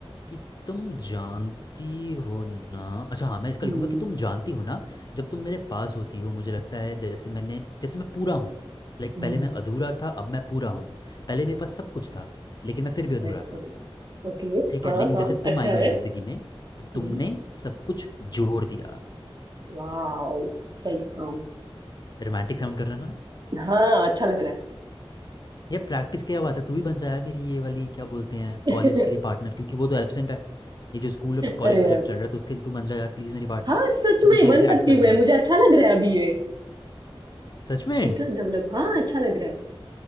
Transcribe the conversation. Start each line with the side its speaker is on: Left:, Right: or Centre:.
Left: कि तुम जानती हो ना अच्छा हाँ मैं इसका
Right: हम्म
Left: लिखूंगा कि तुम जानती हो ना जब तुम मेरे पास होती हो मुझे लगता है जैसे मैंने जैसे मैं पूरा हूँ लाइक
Right: हम्म
Left: पहले मैं अधूरा था अब मैं पूरा हूँ पहले मेरे पास सब कुछ था लेकिन मैं फिर भी अधूरा
Right: नेक्स्ट
Left: था
Right: ओके <laughs>
Left: ठीक है
Right: हाँ
Left: लेकिन
Right: हाँ
Left: जैसे तुम
Right: अच्छा
Left: आई मेरी
Right: है
Left: ज़िंदगी में तो तुमने
Right: हम्म
Left: सब कुछ जोड़ दिया
Right: वाओ सही हाँ
Left: रोमांटिक साउंड कर रहा ना
Right: हाँ अच्छा लग रहा
Left: ये प्रैक्टिस क्या बात है तू ही बन जा यार मेरी ये वाली क्या बोलते हैं
Right: है
Left: कॉलेज के
Right: <laughs>
Left: लिए पार्टनर क्योंकि वो तो एबसेंट है ये जो स्कूल और कॉलेज
Right: अरे
Left: प्रोजेक्ट
Right: यार
Left: चल रहा है तो उसके लिए तू बन जा यार प्लीज़ मेरी पार्टनर
Right: हाँ सच
Left: तू तो
Right: में
Left: सही
Right: बन
Left: से
Right: सकती
Left: एक्ट कर
Right: हूँ
Left: रही
Right: मैं
Left: है
Right: मुझे अच्छा लग रहा है अभी ये
Left: सच में
Right: इंटरेस्ट डेवलप हाँ अच्छा लग रहा है